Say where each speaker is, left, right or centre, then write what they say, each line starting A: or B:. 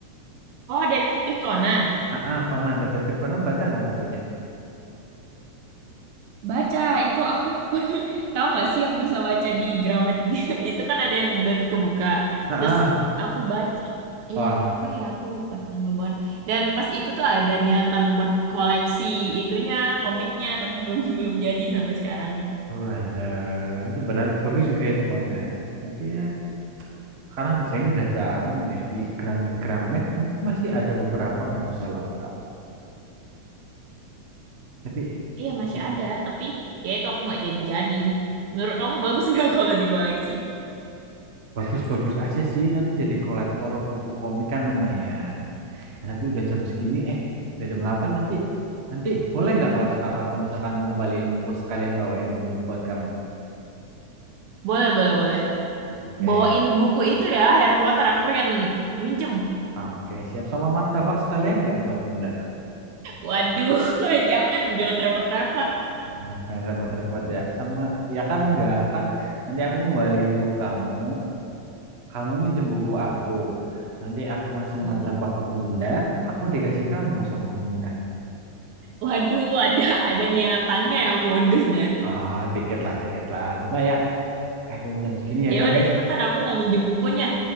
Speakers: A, on the right; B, on the right.
A: Oh, Detektif Conan.
B: ah ah, Conan Detektif Conan baca nggak bukunya
A: Baca, itu aku pernah, <laughs> tahu nggak sih yang bisa baca di Gramet? <laughs> Itu kan ada yang udah kebuka.
B: ah
A: Terus
B: ah.
A: aku baca
B: Wah,
A: yang apa ya, aku lupa nama bahan. Dan pas itu tuh ada niatan buat koleksi itunya, komiknya, tapi belum <laughs> belum jadi sampai sekarang.
B: walah, itu padahal bagus juga itu Conan. Tapi ya Sekarang kayaknya udah jarang deh di Gramet-Gramet. Mungkin masih ada beberapa nggak bisa lengkap. Tapi
A: Iya,
B: tapi
A: masih ada, tapi ya itu aku nggak jadi-jadi. Menurut kamu bagus nggak <laughs> kalau dikoleksi?
B: bagus-bagus aja sih. Nanti jadi kolektor buku komik kan lumayan. Ya, tapi udah jam segini, eh udah jam 8 nanti. Nanti boleh nggak kalau sekarang aku misalkan mau ngembaliin buku sekalian bawain buku buat kamu?
A: Boleh, boleh, boleh.
B: Oke.
A: Bawain buku itu ya, Harry Potter. Aku pengen minjem.
B: Oke, siap sama martabak sekalian nggak buat Bunda?
A: Waduh, <laughs> jangan, jangan repot-repot.
B: Oh, jangan repot-repot ya. Sama, ya kan nggak kan nanti aku ngembaliin buku kamu, Kamu minjem buku aku. Nanti aku ngasih
A: Hmm.
B: martabak ke Bunda. Aku dikasih kamu sama Bunda.
A: Waduh, ada ada niatannya ya modus dan.
B: Ah, tiket lah, tiket lah. Coba ya, eh mau jam segini ya
A: Ya
B: udah lah
A: udah
B: ya.
A: cepetan aku mau minjem bukunya.